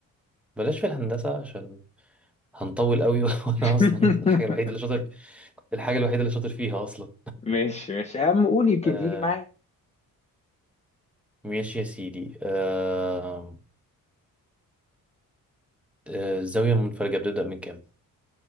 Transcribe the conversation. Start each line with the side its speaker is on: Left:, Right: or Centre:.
Centre: بلاش في الهندسة عشان هنطول قوي <laughs> وأنا
Left: <laughs>
Centre: أصلا الحاجة الوحيدة اللي شاطر الحاجة الوحيدة اللي شاطر فيها أصلا
Left: ماشي ماشي يا عم قول يمكن
Centre: آه
Left: يجي معايا
Centre: ماشي يا سيدي آه آه الزاوية المنفرجة بتبدأ من كام؟